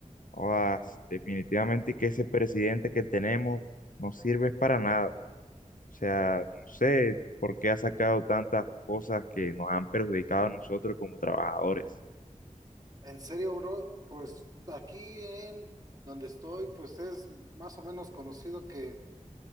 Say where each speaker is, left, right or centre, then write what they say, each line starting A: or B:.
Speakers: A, on the left; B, on the right.
A: jodas, definitivamente que ese presidente que tenemos no sirve para nada. O sea, no sé por qué ha sacado tantas cosas que nos han perjudicado a nosotros como trabajadores.
B: En serio, bro, pues aquí en donde estoy, pues es más o menos conocido que